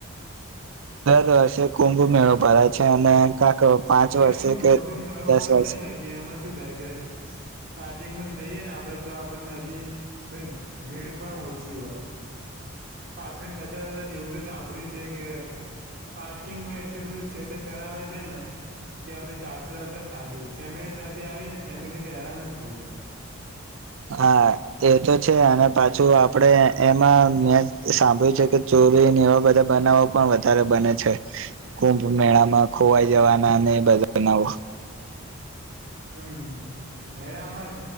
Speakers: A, on the right (about 65°); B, on the right (about 45°).
A: દર વર્ષે કુંભ મેળો ભરા છે અને. કક પાંચ
B: પણ
A: વર્ષે
B: એટલો
A: કે
B: મોટો મેળો હોય
A: દસ વર્ષે
B: છે ને કે એમાં શું થાય કે. સારિંગ જ જઈએે ને આપડે તો આપણને હજી થ ભીડ પણ ઓછી હોય. પાછળ જતા જતા એવું તો સાંભળ્યું છે કે. પાર્કિંગ માં એટલ બધું છેટિંગ કરાવે છે ને. કે આપડે ચાલતા ચાલતા થાકી જાય ફેમિલી સાથે આવી ને ફેમિલી હેરાન જ થઈ જાય. <inaudible>
A: હા, એ તો છે અને પાછું આપડે એમાં મેં સાંભળ્યું છે કે. <unintelligible> એવા બધા બનાવો પણ વધારે બને છે કુંભ મેળામાં ખોવાઈ જવાના અને. બનાવ
B: <inaudible> હમ્મ એ આમાં